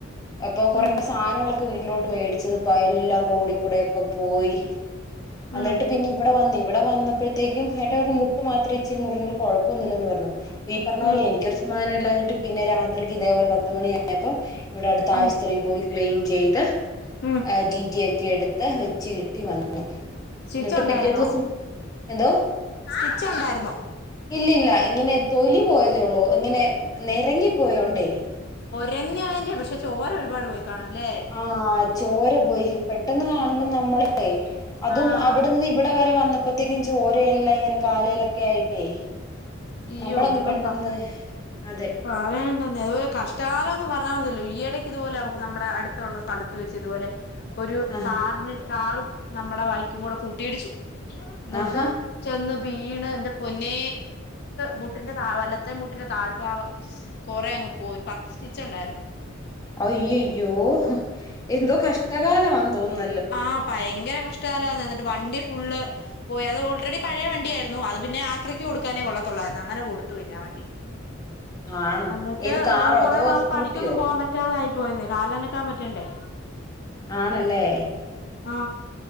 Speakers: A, on the left; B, on the left.
A: അപ്പൊ കൊറേ
B: ഉം
A: സാനങ്ങളൊ ഇപ്പ വീട്ടിലോട്ട് മേടിച്ചത്പ എല്ലാം റോഡി കൂടേക്കെ പോയി. അന്നിട്ട്
B: ഉം
A: പിന്നെ ഇവിടെ വന്ന ഇവിടെ വന്നപ്പോഴത്തേക്കും ഏട്ട പറഞ്ഞു മു ട്ട് മാത്രം ഇച്ചിരി മുറിവുള്ളു. കൊഴപ്പൊന്നില്ലെന്ന് പറഞ്ഞു. ഈ പർഞ്ഞ
B: ഉം
A: പോലെ എനിക്കൊരു സമാധാനം ഇല്ലാഞ്ഞിട്ട് പിന്നെ രാത്രിക്ക് ഇതേപോലെ പത്ത് മണി ആയപ്പം ഇവ്ടെ അടുത്ത്
B: ഉം
A: ആശ്ത്രി പോയി. ക്ലീൻ ചെയ്ത്
B: ഉം
A: റ്റി റ്റി എ റ്റിയെടുത്ത് വെച്ച്കെട്ടി വന്നു
B: സ്റ്റിച്ച്
A: എന്നിട്ട്
B: ഒണ്ടായിരുന്നോ
A: പിറ്റേ ദിവസം എന്തോ
B: സ്റ്റിച്ച് ഉണ്ടായിരുന്നോ
A: ഇല്ല ഇങ്ങനെ തൊലി പോയതേ ഉള്ളൂ ഇങ്ങനെ നെരെങ്ങി പോയോണ്ടേ
B: രഞ്ഞെന്റെ പക്ഷേ ചോര ഒരുപാട് പോയി കാണും അല്ലേ
A: ആഹ് ചോര പോയി പെട്ടെന്ന് കാണും നമ്മളെ ഏ അതും
B: ആഹ്
A: അവിടുന്ന് ഇവിടെ വരെ വന്നപ്പോഴത്തേക്കും ചോര ചോര എല്ലാം ഇങ്ങനെ കാലെ യിലൊക്കെ ആയിട്ടേ
B: ഇയ്യോ
A: നമ്മളങ്ങ്
B: ഒന്നും
A: പെട്ടെന്ന്
B: പറ
A: അതെ
B: പറയണ്ടെന്നെ അതുമല്ല കഷ്ട കഷ്ടകാലം എന്ന് പറഞ്ഞാൽ മതിയല്ലോ ഈയിടയ്ക്ക് ഇതുപോലെ നമ്മടെ അടുത്തൊള്ള സ്ഥലത്ത് വെച്ച് ഇതുപോലെ ഒരു
A: ആ
B: കാറിന് കാറും നമ്മടെ ബൈക്കും കൂടെ കൂട്ടിയിടിച്ചു എന്നിട്ട്
A: ആഹാ
B: ചെന്ന് വീണ് എന്റെ പൊന്നേ മുട്ടിന്റെ താ വലത്തെ മുട്ടിന്റെ താഴ്ഭാഗം കൊറേ അങ്ങ് പോയി പത്ത് സ്റ്റിച്ച് ഒണ്ടായിരുന്നു
A: അയ്യയ്യോ എന്തോ കഷ്ടകാലമാന്ന് തോന്ന്ണ്
B: ആ ഭയങ്കര ഭയങ്കര കഷ്ടകാലമാന്നെ എന്നിട്ട് വണ്ടി ഫുള്ള് പോയി അത് ഓൾറെഡി പഴയ വണ്ടി ആയിരുന്നു അത് പിന്നെ ആക്രിക്ക് കൊടുക്കാനേ കൊള്ളത്തൊ ള്ളായിരുന്നു അങ്ങനെ കൊടുത്തു പിന്നെ ആ വണ്ടി
A: ആണോ
B: അന്നിട്ട്
A: ഏത് കാറോ
B: കൊറെ
A: അതോ
B: നാൾ
A: സ്കൂട്ടിയോ
B: പണിക്കൊന്നും പോവാൻ പറ്റാതായി പോയിന്നേ കാലനക്കാൻ പറ്റാണ്ടേ
A: ആണല്ലേ
B: ആ